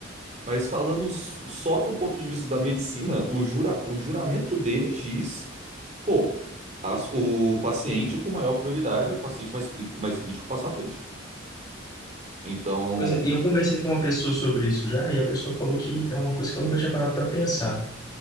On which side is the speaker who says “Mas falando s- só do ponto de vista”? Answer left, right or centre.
Right